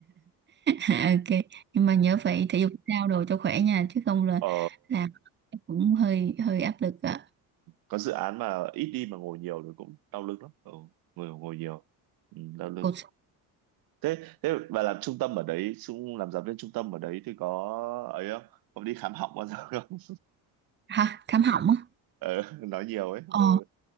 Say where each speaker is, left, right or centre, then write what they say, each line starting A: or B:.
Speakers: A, on the right; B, on the right.
A: À, ok nhưng mà nhớ phải thể dục thể thao đồ cho khỏe nha chứ không là
B: ờ
A: là cũng hơi hơi áp lực ạ
B: có dự án mà ít đi mà ngồi nhiều thì cũng đau lưng lắm ừ, ngồi ngồi nhiều ừ, đau lưng
A: cột
B: thế thế và làm trung tâm ở đấy xuống làm giáo viên trung tâm ở đấy thì có ấy không có đi khám họng bao giờ không
A: ha khám họng á
B: <laughs> ừ, nói nhiều ấy
A: ờ
B: ừ.